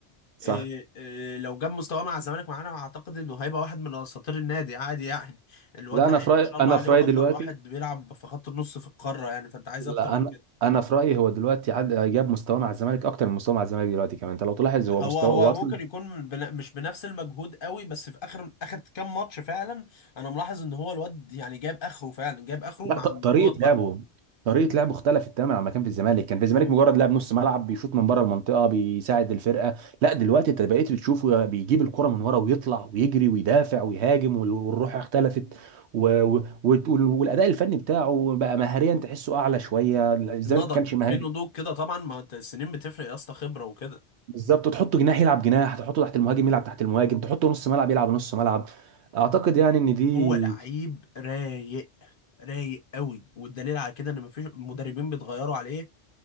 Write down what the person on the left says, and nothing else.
إيه إيه لو جاب مستواه مع الزمالك معانا اعتقد انه هيبقى واحد من اساطير النادي عادي يعني الواد
لعيب
ما شاء الله
عليه
وافضل
واحد بيلعب في خط النص في القاره يعني فانت عايز
اكتر من
كده
هو
هو
ممكن يكون بن- مش بنفس المجهود قوي بس في اخر اخر كام ماتش فعلا انا ملاحظ ان هو الواد يعني جاب اخره فعلا جاب اخره
مع
انضباط
بقى
نضج
في نضوج كده طبعا ما هو انت السنين بتفرق يا اسطى خبره وكده
هو لعيب رايق رايق قوي والدليل على كده ان مفيش مدربين بيتغيروا عليه